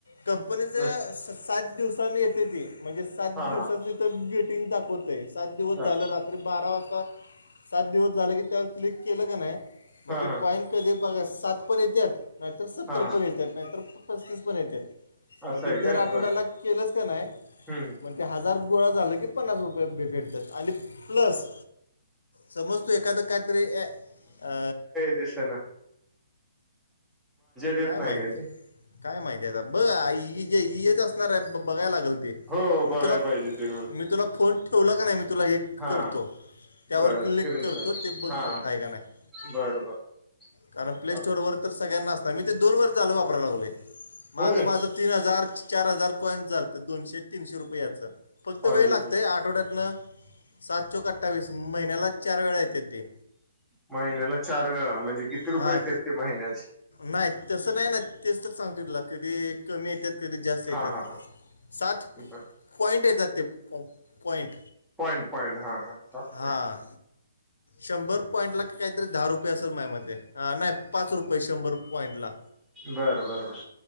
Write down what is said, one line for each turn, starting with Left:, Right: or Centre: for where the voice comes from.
Left: कंपनीच
Centre: नस
Left: सस सात दिवसानी येते ते, म्हणजे सात
Centre: हा
Left: दिवसाच इथ वेटिंग दाखवतय सात दिवस
Centre: हा
Left: झालं रात तरी बारा वाजता सात दिवस झाले की त्यावर क्लिक केलं का नाही. मग
Centre: हा
Left: ते
Centre: हा
Left: कॉइन कधी बघा सात पण येतात नाहीतर सत्तर
Centre: हा हा
Left: पण येतात नाहीतर पस्तीस पण येतात.
Centre: असं
Left: मग ते
Centre: आहे
Left: दर
Centre: काय
Left: आठवड्याला
Centre: बर
Left: केलंस का नाही.
Centre: हम्म
Left: म्हण ते हजार गोळा झाला की पन्नास रुपये भेटतात आणि प्लस समज तू एखादं काहीतरी अ अ
Centre: दिस ना येत
Left: काय
Centre: नाही
Left: माहिती
Centre: ते?
Left: काय माहिती आहे आता बघ आ येत असणार आहे बघायला लागेल ते.
Centre: हो बघाय
Left: मी तुला
Centre: पाहिजे ते व्यवस्थित.
Left: मी तुला फोन ठेवला का नाही मी तुला एक
Centre: हा
Left: करतो, त्यावर
Centre: बर
Left: क्लिक
Centre: स्क्रीनशॉट
Left: करतो, ते बघ
Centre: हा
Left: फक्त हाय क नाही.
Centre: बरं बर
Left: कारण
Centre: चाल
Left: प्ले स्टोरवर तर सगळ्यांना असणार. मी ते दोन वर्ष चालं वापराय लागकलोय मागं
Centre: होय
Left: माझं तीन हजार चार हजार कॉईन्स झाल तर दोनशे तीनशे रुपयाच. फक्त
Centre: पाहिजे
Left: वेळ लागतय
Centre: सर.
Left: आठवड्यातनं सात चोक् अठ्ठावीस महिन्यालाच चार वेळा येत्यात् ते.
Centre: महिन्याला चार वेळा म्हणजे किती रुपये
Left: हां
Centre: येत्यात् ते महिन्याच?
Left: नाही तसं नाही ना तेच तर सांगते तुला कधी कमी येत्यात. कधी जास्त येतात
Centre: हा हा हा
Left: सात
Centre: बर
Left: पॉईंट येतात ते प पॉइन्ट
Centre: पॉईंट पॉईंट हा हा सात
Left: हा.
Centre: पॉईंट
Left: शंभर पॉईंट ला काहीतरी दहा रुपये असेल माज्या मते नाही पाच रुपये शंभर. पॉईंटला
Centre: बर बरं बर‌.